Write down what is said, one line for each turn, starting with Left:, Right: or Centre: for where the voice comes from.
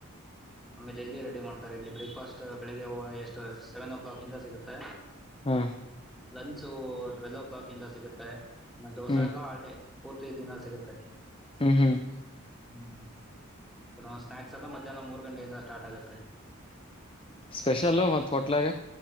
Centre: ಆಮೇಲೆ ಇಲ್ಲಿ ರೆಡಿ ಮಾಡ್ತಾರೆ ಇಲ್ಲಿ ಬ್ರೇಕ್ಫಾಸ್ಟ್ ಬೆಳಿಗ್ಗೆ ಎಷ್ಟು ಸೆವೆನ್ ಕ್ಲಾಕ್ ಇಂದ ಸಿಗುತ್ತೆ
Left: ಹಾ
Centre: ಲಂಚ ಟ್ವೆಲ್ವ ಕ್ಲಾಕ್ ಇಂದ ಸಿಗುತ್ತೆ ದೋಸೆ
Left: ಹ್ಮ್
Centre: ಎಲ್ಲ ಹಾಲ್ಡೇ ಪೂರ್ತಿ ದಿಂದ ಸಿಗುತ್ತೆ
Left: ಹ್ಮ್ ಹ್ಮ್
Centre: ಹ್ಮ ಕೆಲ ಸ್ನಾಯಕ್ಸ್ ಎಲ್ಲ ಮಧ್ಯಾಹ್ನ ಮೂ <unintelligible> ಮೂ ಗಂಟೆಯಿಂದ ಸ್ಟಾರ್ಟ್ ಆಗುತ್ತೆ
Left: ಸ್ಪೆಷಲ್ ಮತ್ತ ಹೋಟ್ಲಾಗ